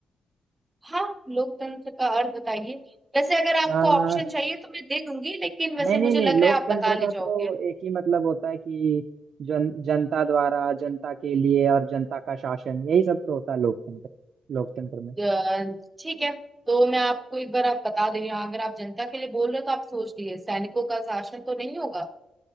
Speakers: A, on the right; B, on the right.
A: हाँ लोकतंत्र का अर्थ बताइए वैसे अगर
B: आ,
A: आपको ऑप्शन चाहिए तो मैं दे दूंगी लेकिन वैसे
B: नहीं नहीं
A: मुझे
B: नहीं
A: लग रहा
B: लोकतंत्र
A: है आप बता ले
B: का तो
A: जाओगे
B: एक ही मतलब होता है कि जन जनता द्वारा जनता के लिए और जनता का शासन यही सब तो होता है लोकतंत्र लोकतंत्र में
A: अ, ठीक है तो मैं आपको एक बार आप बता दे रही हूँ अगर आप जनता के लिए बोल रहे हो तो आप सोच लिए सैनिकों का शासन तो नहीं होगा